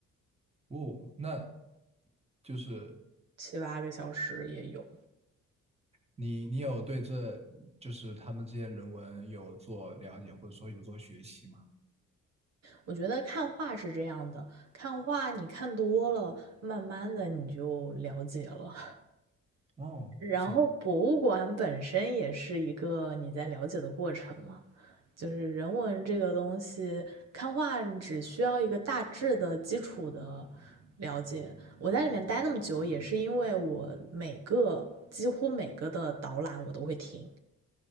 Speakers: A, on the right; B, on the right.
A: 哦，那就是
B: 七八个小时也有。
A: 你你有对这就是他们这些人文有做了解，或者说有做学习吗？
B: 我觉得看画是这样的，看画你看多了，慢慢的你就了解了。
A: 哦，
B: 然后博物馆本身也是一个你在了解的过程嘛，
A: 是吗？
B: 就是人文这个东西，看画只需要一个大致的基础的了解。我在里面待那么久，也是因为我每个几乎每个的导览我都会听，